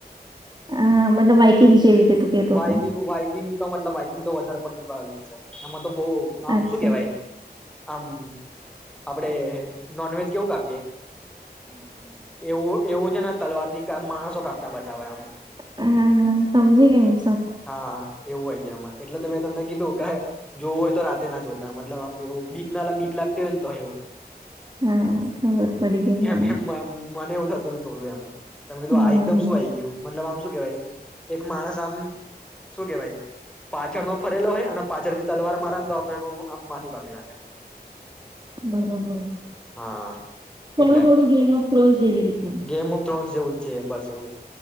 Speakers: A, on the right; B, in the centre.
A: હ મતલબ બાઇકિંગ જેવીતે તુંકતો
B: વાઈકિંગ
A: તો
B: વાઈકિંગ તો મતલબ બાઈકિંગ તો વધારે પડતી વા છે, એમાં તો બહુ આમ
A: અચ્છા
B: શું કેવાય આમ, આપડે નોનવેજ કેવું કાપી યે એવું એવું જ ન તલવાર થી કા માણસો કાપતા બતાવે આમ.
A: હા હા સમજી ગઈ હું.
B: હા, એવું હોય. જેમાંએ. એટલે તમે તમને કીધું કે જોવું હોય તો રાતે ના જોતા મ તલબ આમ એવું બીક ના બીક લાગત હોય ને તો એવું.
A: હા, ખબર પડી ગઈ
B: કેમ
A: મને.
B: કેમ મને એવું થતું તું થોડું એમ. તમે કીધું
A: હમ
B: આ એકદમ
A: હમ.
B: શું આ આવી ગયું મતલબ આમ શું કેવાઈ. એક માણસ આમ શું કેવાય ઈ, પાછળ નો ફરેલો હોય અને પાછળ થી તલવાર મારાને તો આ ખોનું આમ માથું કાપી નાખે.
A: બરોબર
B: હા
A: થોડું
B: એટલે
A: થોડું ગેમ ઓફ ક્રોન્સ જેવી રીતના.
B: ગેમ ઓફ થ્રોન્સ જેવું જ છે, બસ એવું.